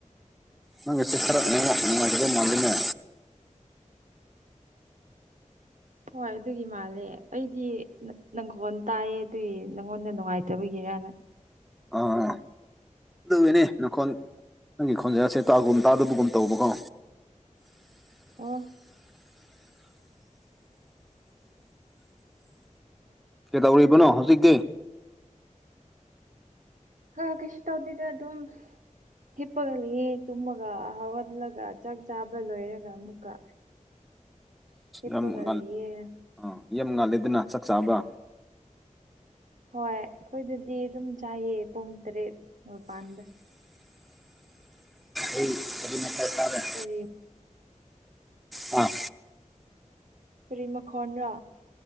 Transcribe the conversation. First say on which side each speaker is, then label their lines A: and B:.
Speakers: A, in the centre; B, on the right.
A: ꯅꯪ ꯒꯤꯁꯦ ꯈꯔꯥ ꯏꯦꯠꯋꯥꯛ ꯅꯨꯡꯉꯥꯏꯇꯕ ꯃꯥꯜꯂꯤꯅꯦ
B: ꯍꯣꯏ ꯑꯗꯨꯒꯤ ꯃꯥꯜꯂꯦ ꯑꯩꯗꯤ ꯅꯪꯈꯣꯟ ꯇꯥꯏꯌꯦ ꯑꯗꯨꯒꯤ ꯅꯪꯉꯣꯟꯗ ꯅꯨꯡꯉꯥꯏꯇꯕꯒꯤꯔꯅ
A: ꯑ ꯑꯗꯨꯋꯅꯦ ꯅꯪꯈꯣꯟ ꯅꯪꯒꯤ ꯈꯣꯟꯖꯁꯦ ꯇꯥꯒꯨꯝ ꯇꯥꯗꯕꯒꯨꯝ ꯇꯧꯕꯀꯣ
B: ꯑꯣ
A: ꯀꯩꯗꯧꯔꯤꯕꯅꯣ ꯍꯧꯖꯤꯛꯇꯤ
B: ꯑ ꯀꯩꯁ ꯇꯧꯗꯗ ꯑꯗꯨ ꯍꯤꯞꯄꯒ ꯂꯩꯍ ꯇꯨꯝꯃꯒ ꯍꯧꯒꯠꯂꯒ ꯆꯥꯛ ꯆꯥꯕ ꯂꯣꯏꯔꯒ ꯑꯃꯨꯛꯀ ꯍꯤꯞꯄꯒ
A: ꯑ ꯌꯥꯝ ꯉꯥꯜꯂꯦ
B: ꯂꯩꯌꯦ
A: ꯑꯥ ꯌꯥꯝ ꯉꯥꯜꯂꯦꯗꯅ ꯆꯥꯛ ꯆꯥꯕ꯭ꯔ
B: ꯍꯣꯏ ꯑꯩꯈꯣꯏꯗꯗꯤ ꯑꯗꯨꯝ ꯆꯥꯏꯑ ꯄꯨꯡ ꯇꯔꯦꯠ ꯃꯄꯥꯟꯗ
A: ꯑꯩ ꯀꯅꯠꯇꯥꯏ ꯇꯔꯦ
B: ꯀꯔꯤ
A: ꯑꯥ
B: ꯀꯦꯔꯤ ꯃꯈꯣꯟꯅ